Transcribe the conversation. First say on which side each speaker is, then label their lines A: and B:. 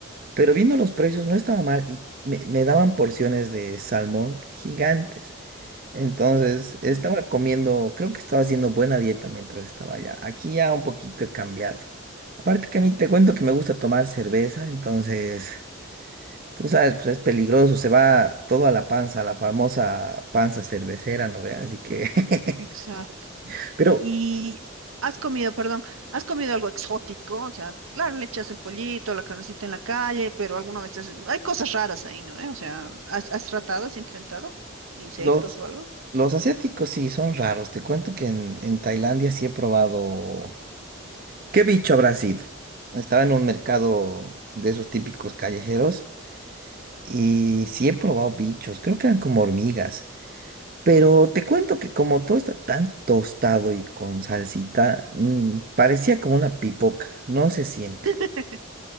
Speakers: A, on the right; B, on the right.
A: pero viendo los precios no estaba mal y me, me daban porciones de salmón gigantes. Entonces, estaba
B: Mm,
A: comiendo, creo que estaba haciendo buena dieta mientras estaba allá. Aquí ya un poquito he cambiado. Aparte que a mí te cuento que me gusta tomar cerveza, entonces, tú sabes, pues es peligroso, se va todo a la panza, la famosa panza cervecera, ¿no ve? Así que,
B: Exacto.
A: <laughs> pero
B: Y has comido, perdón, has comido algo exótico, o sea, claro, le echas el pollito, la carnecita en la calle, pero alguna vez te haces- hay cosas raras ahí, ¿no? ¿Eh? O sea, ¿has, has tratado, has intentado insectos
A: los,
B: o algo?
A: los asiáticos sí son raros. Te cuento que en, en Tailandia sí he probado, ¿qué bicho habrá sido? Estaba en un mercado de esos típicos callejeros. Y sí he probado bichos, creo que eran como hormigas. Pero te cuento que como todo está tan tostado y con salsita, mm, parecía como una pipoca, no se siente.
B: <laughs>